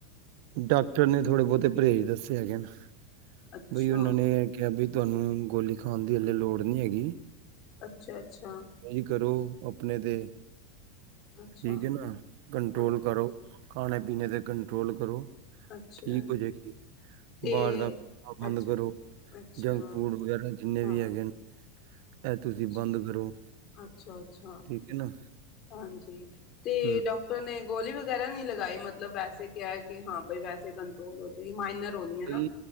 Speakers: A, on the right; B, on the left.
A: ਡਾਕਟਰ ਨੇ ਥੋੜੇ ਬੋਤੇ ਪਰੇਜ ਦੱਸੇ ਹੈਗੇ ਨੇ।
B: ਅੱਛਾ,
A: ਬਈ ਓਨਾਂ ਨੇ ਏ ਕਿਆ ਬ‌ਈ ਤੁਆਨੂੰ ਗੋਲੀ ਖਾਣ ਦੀ ਹੱਲਲੇ ਲੋੜ ਨੀ ਹੈਗੀ।
B: ਅੱਛਾ -ਅੱਛਾ।
A: ਇਹੀ ਕਰੋ ਆਪਣੇ ਤੇ।
B: ਅੱਛਾ,
A: ਠੀਕ ਏ ਨਾ ਕੰਟਰੋਲ
B: ਹਾਂ,
A: ਕਰੋ। ਖਾਣੇ ਪੀਣੇ ਤੇ ਕੰਟਰੋਲ ਕਰੋ।
B: ਅੱਛਾ
A: ਠੀਕ ਹੋ ਜੇਗੀ।
B: ਤੇ
A: ਬਾਰ ਦਾ ਖਾਣਾ ਬੰਦ
B: ਅੱਛਾ,
A: ਕਰੋ।
B: ਅੱਛਾ,
A: ਜੰਕ ਫੂਡ ਵਗੈਰਾ ਜਿੰਨੇ
B: ਹਾਂ,
A: ਵੀ ਹੈਗੇ ਨੇ। ਐ ਤੁਸੀਂ
B: ਅੱਛਾ,
A: ਬੰਦ ਕਰੋ।
B: ਅੱਛਾ -ਅੱਛਾ।
A: ਠੀਕ ਹੈ ਨਾ
B: ਹਾਂਜੀ ਤੇ
A: ਹੂੰ
B: ਡਾਕਟਰ ਨੇ- ਗੋਲੀ ਵਗੈਰਾ ਨੀ ਲਗਾਈ। ਮਤਲਬ ਵੈਸੇ ਕਿਆ ਏ ਕੀ ਹਾਂ ਬਈ ਵੈਸੇ ਕੰਟਰੋਲ ਹੋ ਜੇਗੀ। ਮਾਈਨਰ ਹੋਣੀ ਏ ਨਾ
A: ਬਈ